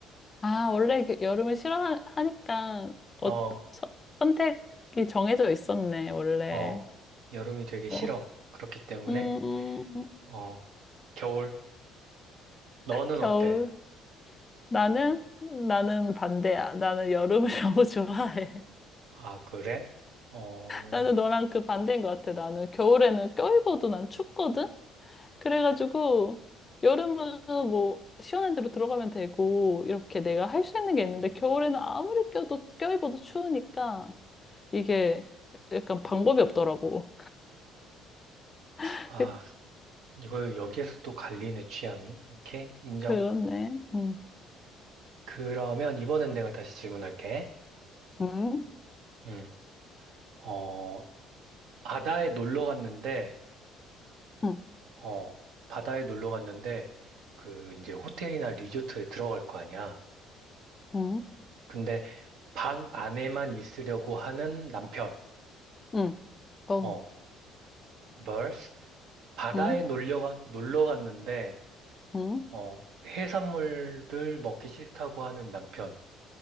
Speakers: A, on the left; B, on the right.
A: 아, 원래 이렇게 여름을 싫어하니까
B: 어,
A: 어, 서- 선택이 정해져 있었네, 원래.
B: 어, 여름이 되게 싫어.
A: 어.
B: 그렇기 때문에,
A: 음.
B: 어, 겨울. 너는
A: 겨울.
B: 어때?
A: 나는 나는 반대야. 나는 여름을 <laughs> 너무 좋아해.
B: 아, 그래? 어,
A: 나는 너랑 그 반대인 것 같아. 나는 겨울에는 껴입어도 난 춥거든? 그래가지고, 여름은 뭐, 시원한 데로 들어가면 되고, 이렇게 내가 할 수 있는 게 있는데, 겨울에는 아무리 껴도, 껴입어도 추우니까, 이게 약간 방법이 없더라고. <laughs>
B: 아,
A: 그-
B: 이거 여기에서 또 갈리네, 취향이. 오케이, 인정.
A: 그렇네. 응,
B: 그러면 이번엔 내가 다시 질문할게.
A: 응,
B: 음, 어, 바다에 놀러 갔는데,
A: 응,
B: 어, 바다에 놀러 갔는데, 그, 이제 호텔이나 리조트에 들어갈 거 아니야.
A: 응,
B: 근데 방 안에만 있으려고 하는 남편.
A: 응, 어,
B: 어, v e r s 바다에
A: 응,
B: 놀려, 가- 놀러 갔는데,
A: 응.
B: 어, 해산물을 먹기 싫다고 하는 남편.